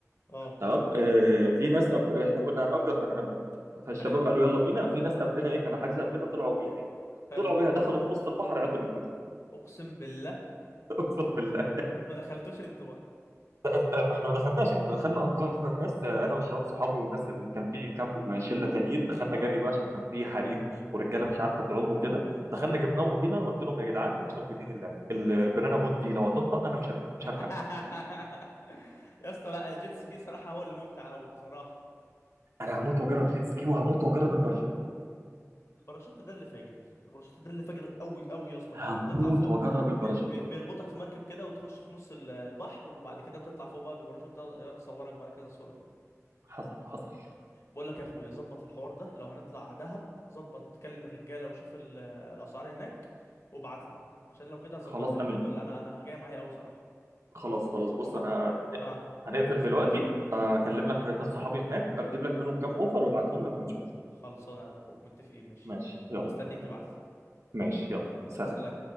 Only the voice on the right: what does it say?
تمام اه في ناس أج... احنا كنا هنأجر بنانا بوت فالشباب
قالوا يلا بينا في ناس قبلنا ايه كانوا حاجزه قبلنا طلعوا بيها يعني
طلعوا بيها دخلوا في نص البحر عطلت بيهم
<laughs> اقسم بالله
لا، ما احنا ما دخلناش احنا دخلنا انقذنا الناس آه، انا والشباب صحابي والناس اللي كان في كام شله تانيين دخلنا
جري بقى عشان كان في حريم ورجاله مش عارفه تعوم وكده دخلنا
جبناهم وجينا قلت لهم يا جدعان اقسم بدين الله البنانا بوت دي لو هتنطق انا مش هرك- مش
هركبها
انا هموت واجرب جيت سكي وهموت واجرب الباراشوت
هموت
واجرب الباراشوت
حصل حصل
خلاص
امين
خلاص خلاص بص
انا
هنقفل دلوقتي اكلم لك الناس صحابي هناك اجيب لك منهم كام اوفر وابعتهم لك ونشوف
ماشي يلا
يلا.
ماشي يلا
سلام